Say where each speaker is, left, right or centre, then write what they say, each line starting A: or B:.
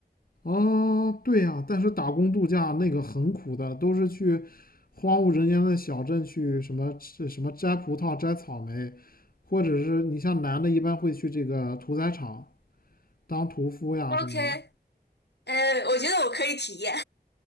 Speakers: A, on the left (about 60°); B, on the left (about 85°).
A: 啊，对呀、但是打工度假那个很苦的，都是去荒无人烟的小镇去什么吃什么摘葡萄、摘草莓，或者是你像男的，一般会去这个屠宰场当屠夫呀什么的。
B: ？OK，呃，我觉得我可以体验，